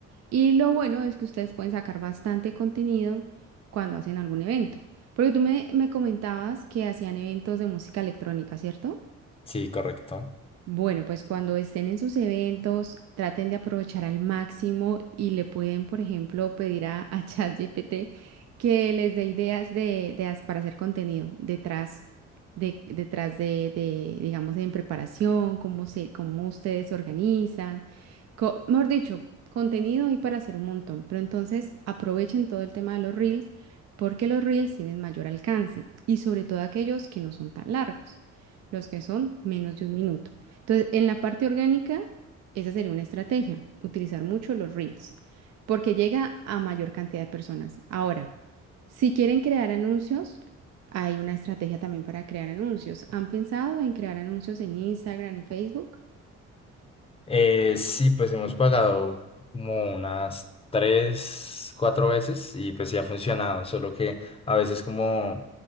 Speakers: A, on the right (about 60°); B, on the left (about 20°).
A: Y lo bueno es que ustedes pueden sacar bastante contenido cuando hacen algún evento. Porque tú me, me comentabas que hacían eventos de música electrónica, ¿cierto?
B: Sí, correcto.
A: Bueno, pues cuando estén en sus eventos, traten de aprovechar al máximo y le pueden, por ejemplo, pedir a, a <laughs> ChatGPT que les dé ideas de, de as- para hacer contenido detrás de, detrás de, de, digamos, en preparación, cómo se, cómo ustedes se organizan. co- mejor dicho, contenido hay para hacer un montón, pero entonces aprovechen todo el tema de los reels porque los reels tienen mayor alcance y sobre todo aquellos que no son tan largos, los que son menos de un minuto. Entonces, en la parte orgánica, esa sería una estrategia, utilizar mucho los reels, porque llega a mayor cantidad de personas. Ahora, si quieren crear anuncios, hay una estrategia también para crear anuncios. ¿Han pensado en crear anuncios en Instagram y Facebook?
B: Eh, sí, pues hemos pagado como unas tres, cuatro veces y pues sí ha funcionado, solo que a veces como